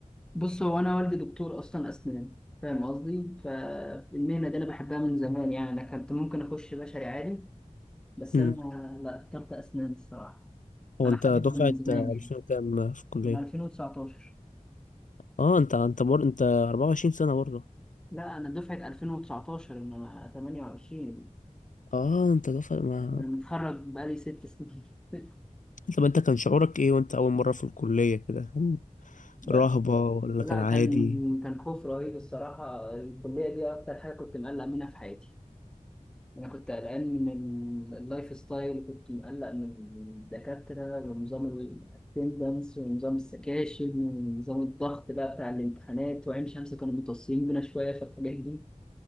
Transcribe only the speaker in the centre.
بص هو أنا والدي دكتور أصلا أسنان فاهم قصدي فالمهنة دي أنا بحبها من زمان يعني أنا كنت ممكن أخش بشري عادي بس
أنا لا اخترت أسنان الصراحة
أنا
حاببها
من زمان
يعني
من 2019
لا أنا دفعة 2019 أنا 28
أنا متخرج بقالي ست سنين <laughs>
لا
لا
كان كان خوف رهيب الصراحة الكلية دي أكتر حاجة كنت مقلق منها في حياتي أنا كنت قلقان من ال- اللايف ستايل كنت مقلق من الدكاترة ونظام الاتندنس ونظام السكاشن ونظام الضغط بقى بتاع الامتحانات وعين شمس كانوا متوصيين بينا شوية في الحاجات دي